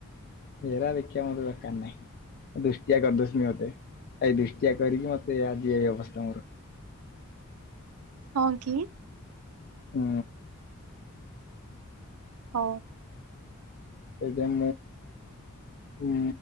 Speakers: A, on the left (about 45°); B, on the right (about 80°).
A: ହେରା ଦେଖିବା ମତେ ଦରକାର ନାଇଁ ଦୁଷ୍ଟିିଆ କରିଦୋଉଚନ୍ତି ମତେ। ଏଇ ଦୃଷ୍ଟିଆ କରିକି ମତେ ଆଜି ଏଇ ଅବସ୍ଥା ମୋର।
B: ହଁ କି?
A: ହୁଁ।
B: ହଉ।
A: ସେଥିପାଇଁ ମୁଁ